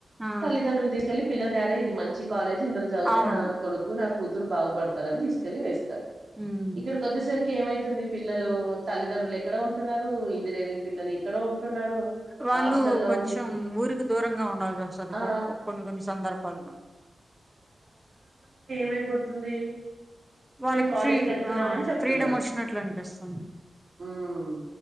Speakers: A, in the centre; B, on the right.
A: ఆ
B: తల్లిదండ్రులు తీసుకెళ్ళి పిల్లని అరేయ్ ఇది మంచి కాలేజ్ ఇందులో చదివితే
A: అవును
B: నా కొడుకు నా కూతురు బాగు పడతారు అని తీస్ కెళ్లి వేస్తారు
A: ఉమ్
B: ఇక్కడికి వచ్చేసరికి ఏమైతుంది పిల్లలు తల్లిదండ్రులు ఎక్కడో న్నారు ఇంజనీరింగ్ పిల్లలు ఎక్కడో ఉంటున్నారు.
A: వాళ్ళు
B: హాస్టల్‌లో
A: కొంచెం
B: ఉండి
A: ఊరికి దూరంగా ఉండాల్సి వస్తది
B: ఆ!
A: కొన్ని కొన్ని సందర్భాల్లో
B: మైపోతుంది
A: వాళ్ళకి
B: మేము కాలేజ్కి
A: ఫ్రీ
B: వెళ్తున్నామని
A: ఆ
B: చెప్తున్నారు
A: ఫ్రీడమ్ వచ్చినట్లు అనిపిస్తుంది
B: హమ్